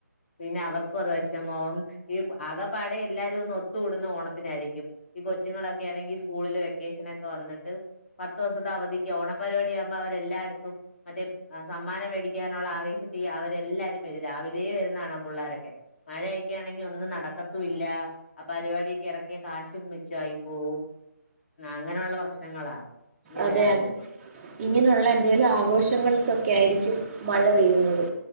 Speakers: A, on the left; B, on the right.
A: പിന്നെ അവർക്കും അത്വശമാ <unintelligible> ഈ ആകെ പാടെ എല്ലാരും ഒ കൂടുന്ന ഓണത്തിനായിരിക്കും ഈ കൊച്ചുങ്ങളൊക്കെ ആണെങ്കിൽ സ്കൂളില് വെക്കേഷന ഒക്കെ വന്നിട്ട് പത്തൂസത്തെ അവധിക്ക് ഓണപരിപാടി ആകുമ്പോ അവരെല്ലായ്ടത്തും മറ്റേ അ സമ്മാനം മേടിക്കാനുള്ള ആവേശത്തി അവരെല്ലാരും വരും രാവിലെയു വരുന്നതാണ പിള്ളോരൊക്കെ മഴയക്കാണെങ്കിൽ ഒന്നും നടക്കത്തുല്ല അപ്പരിപാടിക്ക് ഇറക്കിയ കാശും മിച്ചാ യി പോവും അങ്ങനള്ള പ്രശ്നങ്ങളാ ഇനി
B: അതെ
A: വരാൻ
B: അതെ
A: പോകുന്നത്
B: ഇങ്ങനെയുള്ള എന്തെേലും ആഘോഷങ്ങൾക്കൊക്കെയായിരിക്കും മഴ പെയ്യുന്നത്